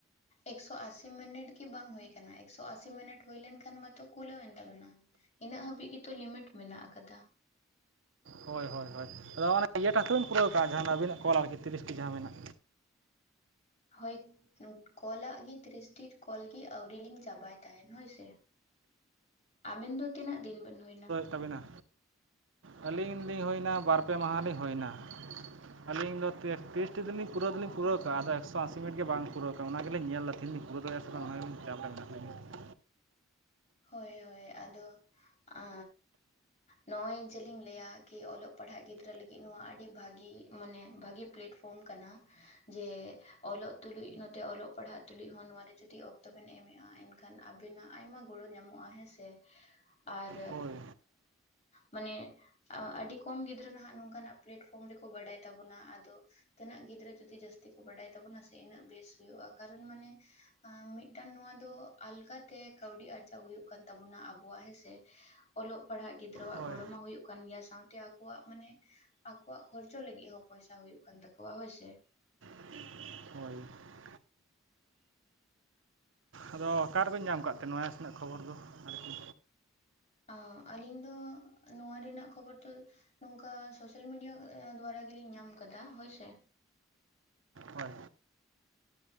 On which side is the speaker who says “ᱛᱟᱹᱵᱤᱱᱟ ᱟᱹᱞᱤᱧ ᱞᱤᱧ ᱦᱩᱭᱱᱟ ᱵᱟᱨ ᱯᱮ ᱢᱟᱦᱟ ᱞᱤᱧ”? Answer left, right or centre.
Right